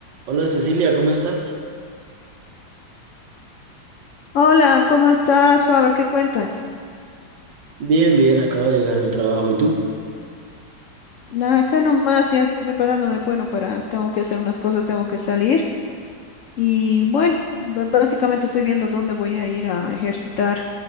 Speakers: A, on the right; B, on the left.
A: Hola Cecilia, ¿cómo estás?
B: Hola, ¿cómo estás, Faber? ¿Qué cuentas?
A: Bien, bien, acabo de llegar al trabajo. ¿Y tú?
B: Nada, acá nomás ya preparándome, bueno, para, tengo que hacer unas cosas, tengo que salir. Y bueno, ba- básicamente estoy viendo dónde voy a ir a ejercitar.